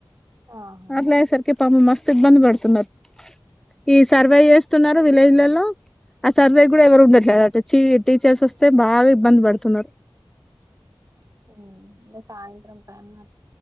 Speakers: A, on the right; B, in the centre.
A: ఆహా
B: అట్లైసరికే పాపం మస్తు ఇబ్బంది పడుతున్నారు ఈ సర్వే చేస్తున్నారు విలేజ్ లలో హలో ఆ సర్వే కూడా ఎవరు ఉండట్లేద చీ టీచర్స్ వస్తే బాగా ఇబ్బంది పడుతున్నారు
A: హ్మ్ సాయంత్రం టన్ మా